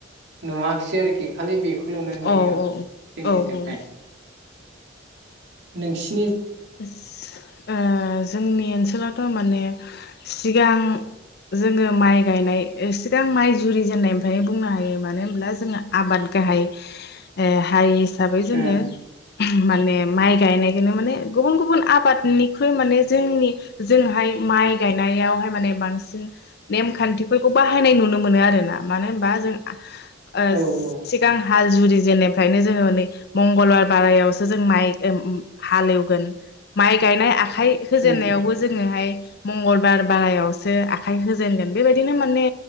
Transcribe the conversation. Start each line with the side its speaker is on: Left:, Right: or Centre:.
Right: नुवाखिसै आरोखि खालि बे खौल'नो
Left: औ
Right: नुयो
Left: औ
Right: आं जोंनिजोंहाय।
Left: औ औ
Right: नोंसि
Left: <unintelligible> ओ जोंनि ओनसोलावथ' माने सिगां जोङो माइ गायनाय सिगां माइ जुरि जेननायनिफ्राय बुंनो हायो मानो होनब्ला जोङो आबाद गाहाय हारि हिसाबै जोङो
Right: ओ
Left: माने माइ गायनायखोनो माने गुबुन गुबुन आबादनिख्रुइ माने जोंनि जोंहाय माइ गायनायावहाय माने बांसिन नेमखान्थिफोरखौ बाहायनाय नुनो मोनो आरोना मानो होनबा जों ओ
Right: औ औ
Left: सिगां हाल जुरि जेननिफ्रायनो जोङो नै मंगलबार बारायावसो जों ओम माइ हालेव गोन माइ गायनाय आख आखाइ होजेननायावबो
Right: उम
Left: जोङोहाय मंगलबार बारायावसो आखाइ होजेनगोन बेबायदिनो माने